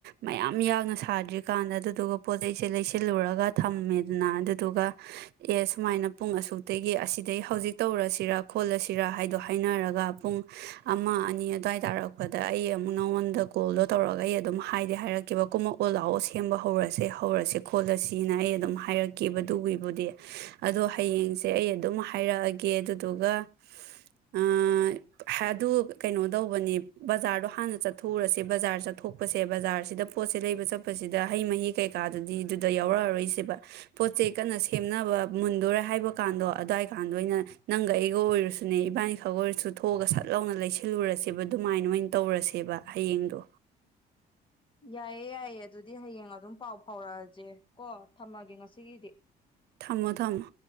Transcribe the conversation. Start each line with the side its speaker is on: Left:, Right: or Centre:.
Right: ꯃꯌꯥꯝ ꯌꯥꯛꯅ ꯁꯥꯗ꯭ꯔꯤꯀꯥꯟꯗ ꯑꯗꯨꯗꯨꯒ ꯄꯣꯠꯆꯩꯁꯦ ꯂꯩꯁꯤꯜꯂꯨꯔꯒ ꯊꯝꯃꯦꯗꯅ ꯑꯗꯨꯗꯨꯒ ꯑꯦ ꯁꯨꯃꯥꯏꯅ ꯄꯨꯡ ꯑꯁꯨꯛꯇꯒꯤ ꯑꯁꯤꯗꯩ ꯍꯧꯖꯤꯛ ꯇꯧꯔꯁꯤꯔ ꯈꯣꯠꯂꯁꯤꯔ ꯍꯥꯏꯗꯣ ꯍꯥꯏꯅꯔꯒ ꯄꯨꯡ ꯑꯃ ꯑꯅꯤ ꯑꯗ꯭ꯋꯥꯏ ꯇꯥꯔꯛꯄꯗ ꯑꯩ ꯑꯃꯨꯛ ꯅꯉꯣꯟꯗ ꯀꯣꯜꯗꯣ ꯇꯧꯔꯒ ꯑꯩ ꯑꯗꯨꯝ ꯍꯥꯏꯗꯤ ꯍꯥꯏꯔꯛꯀꯦꯕ ꯀꯨꯝꯃꯛ ꯑꯣ ꯂꯥꯛꯑꯣ ꯁꯦꯝꯕ ꯍꯧꯔꯁꯦ ꯍꯧꯔꯁꯦ ꯈꯣꯠꯂꯁꯤꯅ ꯑꯩ ꯑꯗꯨꯝ ꯍꯥꯏꯔꯛꯀꯦꯕ ꯗꯨꯋꯤꯕꯨꯗꯤ ꯑꯗꯣ ꯍꯌꯦꯡꯁꯦ ꯑꯩ ꯑꯗꯨꯝ ꯍꯥꯏꯔꯛꯑꯒꯦ ꯑꯗꯨꯗꯨꯒ ꯑꯥ ꯍꯥ ꯑꯗꯨ ꯀꯩꯅꯣ ꯇꯧꯕꯅꯦ ꯕꯖꯥꯔꯗꯣ ꯍꯥꯟꯅ ꯆꯠꯊꯣꯛꯎꯔꯁꯦ ꯕꯖꯥꯔ ꯆꯠꯊꯣꯛꯄꯁꯦ ꯕꯖꯥꯔꯁꯤꯗ ꯄꯣꯠꯁꯦ ꯂꯩꯕ ꯆꯠꯄꯁꯤꯗ ꯍꯩ ꯃꯍꯤ ꯀꯩ ꯀꯥꯗꯗꯤ ꯗꯨꯗꯣ ꯌꯥꯎꯔꯛꯑꯔꯣꯏꯁꯦꯕ ꯄꯣꯠꯆꯩ ꯀꯟꯅ ꯁꯦꯝꯅꯕ ꯃꯨꯟꯗꯣꯔꯦ ꯍꯥꯏꯕꯀꯥꯟꯗꯣ ꯑꯗ꯭ꯋꯥꯏ ꯀꯥꯟꯗꯣ ꯑꯩꯅ ꯅꯪꯒ ꯑꯩꯒ ꯑꯣꯏꯔꯁꯨꯅꯦ ꯏꯕꯥꯅꯤ ꯈꯛ ꯑꯣꯏꯔꯁꯨ ꯊꯣꯛꯑꯒ ꯁꯠ ꯂꯥꯎꯅ ꯂꯩꯁꯤꯜꯂꯨꯔꯁꯦꯕ ꯑꯗꯨꯃꯥꯏ ꯃꯥꯏꯟ ꯇꯧꯔꯁꯦꯕ ꯍꯌꯦꯡꯗꯣ
Left: ꯌꯥꯏꯌꯦ ꯌꯥꯏꯌꯦ ꯑꯗꯨꯗꯤ ꯍꯌꯦꯡ ꯑꯗꯨꯝ ꯄꯥꯎ ꯐꯥꯎꯔꯛꯑꯖꯦ ꯀꯣ ꯊꯝꯃꯒꯦ ꯉꯁꯤꯒꯤꯗꯤ
Right: ꯊꯝꯃꯣ ꯊꯝꯃꯣ